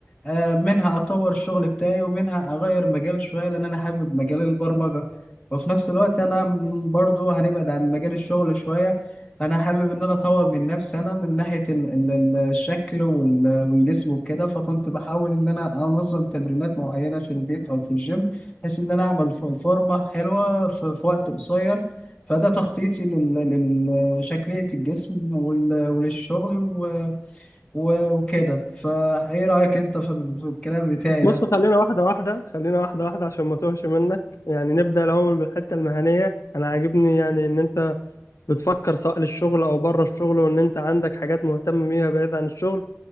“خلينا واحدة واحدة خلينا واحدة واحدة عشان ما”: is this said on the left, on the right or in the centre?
Left